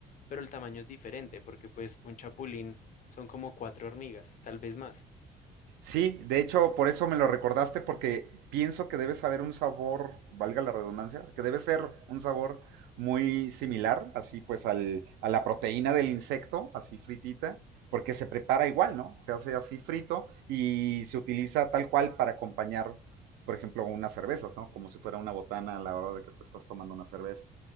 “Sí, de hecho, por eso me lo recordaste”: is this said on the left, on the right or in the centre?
Right